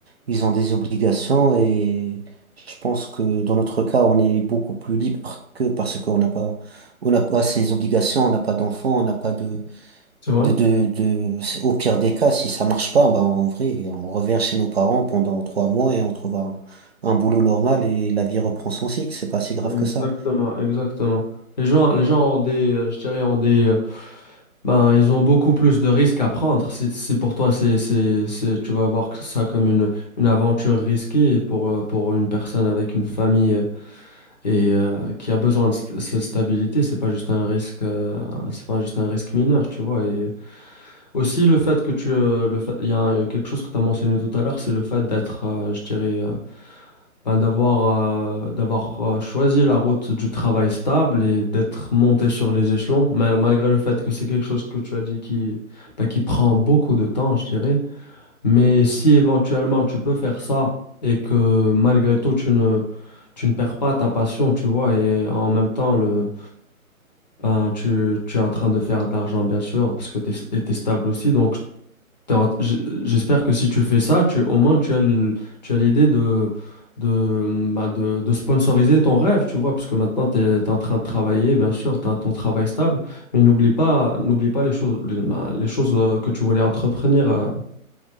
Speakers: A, on the right; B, on the left.
A: ils ont des obligations et je pense que dans notre cas, on est beaucoup plus libre que parce qu'on n'a pas, on n'a pas ces obligations, on n'a pas d'enfants, on n'a pas de,
B: C'est vrai?
A: de, de, de, au pire des cas, si ça marche pas, ben, en vrai, on revient chez nos parents pendant trois mois et on trouve un, un boulot normal et la vie reprend son cycle. C'est pas si grave
B: Exactement,
A: que ça.
B: exactement. Les gens, les gens ont des, euh, je dirais, ont des, euh, ben, ils ont beaucoup plus de risques à prendre. Si, si pour toi, c'est, c'est, c'est, tu vas voir que ça comme une, une aventure risquée pour, euh, pour une personne avec une famille euh, et euh, qui a besoin de st- cette stabilité, c'est pas juste un risque, euh, c'est pas juste un risque mineur, tu vois. Et aussi le fait que tu, euh, le fait- il y a un- quelque chose que tu as mentionné tout à l'heure, c'est le fait d'être, euh, je dirais, euh, ben, d'avoir euh, d'avoir euh, choisi la route du travail stable et d'être monté sur les échelons, mal- malgré le fait que c'est quelque chose que tu as dit qui, ben, qui prend beaucoup de temps, je dirais. Mais si éventuellement tu peux faire ça et que malgré tout tu ne, tu ne perds pas ta passion, tu vois, et en même temps le, ben, tu, tu es en train de faire de l'argent, bien sûr, parce que tu es, stable aussi. Donc, T'as- j- J'espère que si tu fais ça, tu, au moins tu as le- tu as l'idée de, de, bah, de, de sponsoriser ton rêve, tu vois, parce que maintenant tu es, en train de travailler, bien sûr, tu as ton travail stable, mais n'oublie pas, n'oublie pas les choses, les, bah, les choses euh, que tu voulais entreprendre euh,